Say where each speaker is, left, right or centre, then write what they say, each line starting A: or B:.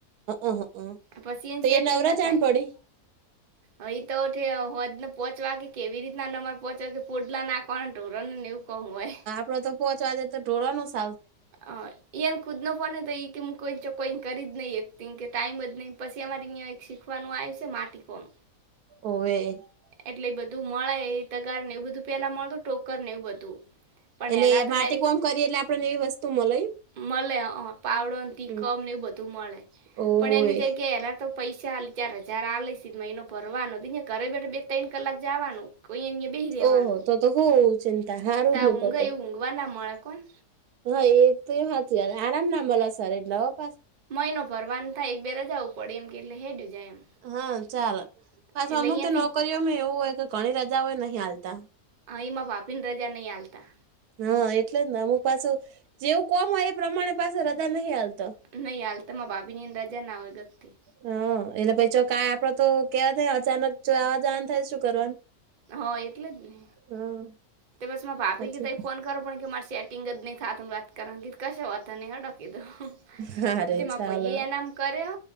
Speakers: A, on the right; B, on the right.
A: અ હ અ
B: પછી એ
A: તો
B: સેટિંગ
A: નવરા
B: ના
A: જાણ
B: થાય.
A: પડી
B: અહી તો હો પહોચવા કેવી રીતના નંબર પહોંચવા કે પડલા નાખ હા તો રણની ઉપર હોય.
A: પ્રથમ પોચવાજે તો ઢોવા નો સ
B: હ એમ ખુદ નો ફોન તો એઈ કે હું કોઈ કોઈ કરી જ નહી એક કે ટાઈમ જ નહી પછી અમારે અં એક શીખવાનું આવ છે માટી કોણ.
A: ઓવે એટલે
B: એટલે બધું મળે તગાર ને એવું બધું પેલા મળતું ટોકર ને એવું બધું. પણ
A: એટલે
B: એલા તો
A: માટી
B: ડાયરેક્ટ
A: કોમ કરીએ એટલે આપડણેને એવી વસ્તુ મળે.
B: મળે અ પાવડોને તી
A: હમ
B: કમ ને એવું બધું મળે.
A: ઓવે
B: પણ એની જગ્યા એલા તો પૈસા આા ચાર હજાર આલીશ. મહિનો ભરવાનો ઘરે બેઠા બે ત્રણ કલાક જવાનું કોઈ અ બેહી રેવાનું
A: ઓહો તો તો હું ચિંતા હારું
B: ત
A: જ
B: ઊંઘ
A: નતો તો
B: એવું ઊંઘવા ના મળે કોણ
A: હા એ તો એ વાત આરામ લાંબ લ સર નવ પાસ <unintelligible>
B: એનો ભરવાન થાય એક બે રજાઓ પડે એમ કે એટલે હેડું જાય એમ
A: હા પાછુ
B: એટલે
A: અમુક
B: અહીંયાથી
A: તો નોકરીઓમાં એવું હોય કે ઘણી રજા ઓ એ નહિ આલતા
B: અ એમાં વાપી ને રજા નહી આલતા
A: હા એટલે જ ને અમુક પાછું જેવું કોમ હોય એ પ્રમાણે પાછો રજા નહિ આલતા
B: નહીં હાલ તમા ભાભીની અંદર રજા ના હોય ગગતિ
A: હા એલે પછ ક આપડે તો કેવા થાય અચાનક આવા જવા થાય શું કરવાનું <unintelligible>
B: હા એટલે જ ને
A: હા
B: તો બસ મા પાપી
A: સાચી
B: ત ફોન <unintelligible> કરો પણ કે માર એટિંગ જ નહી થત વાત કરણ કશ વાતતા નને હટોકી તોું <unintelligible>
A: હા રે
B: તેમાં
A: ચાલો
B: પાઈ એ એનામ કરે હ